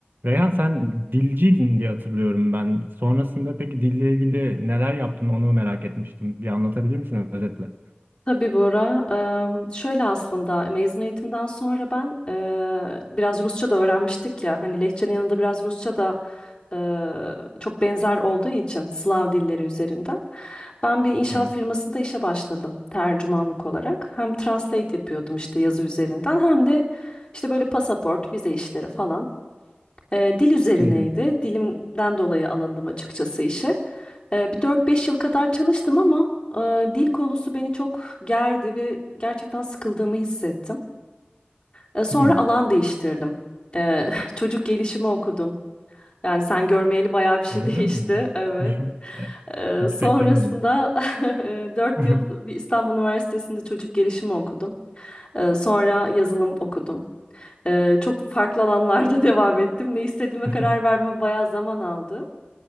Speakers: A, on the right (about 55°); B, on the left (about 25°).
A: Reyhan sen dilciydin diye hatırlıyorum ben. Sonrasında peki dille ilgili neler yaptın onu merak etmiştim. Bir anlatabilir misin özetle?
B: Tabii Bora. Eee, şöyle aslında mezun eğitimden sonra ben eee, biraz Rusça da öğrenmiştik ya. Hani Lehçe'nin yanında biraz Rusça da eee, çok benzer olduğu için Slav dilleri üzerinden. Ben bir inşaat
A: Evet.
B: firmasında işe başladım tercümanlık olarak. Hem translate yapıyordum işte yazı üzerinden hem de işte böyle pasaport, vize işleri falan. Ee, dil üzerineydi.
A: Hı hı.
B: Dilimden dolayı alındım açıkçası işe. Ee, bir dört beş yıl kadar çalıştım ama e, dil konusu beni çok gerdi ve gerçekten sıkıldığımı hissettim. Ee, sonra
A: Hı.
B: alan değiştirdim. Ee, <laughs> çocuk gelişimi okudum. Yani sen görmeyeli bayağı bir şey
A: Öyle
B: <laughs> değişti.
A: mi?
B: Evet.
A: <laughs> E,
B: Ee,
A: Hiç
B: sonrasında
A: beklemiyordum.
B: <laughs> 4
A: bunu.
B: yıl bir İstanbul Üniversitesi'nde çocuk gelişimi okudum. Ee, sonra yazılım okudum. Ee, çok farklı alanlarda <laughs> devam ettim. Ne istediğime karar
A: <laughs>
B: verme bayağı zaman aldı.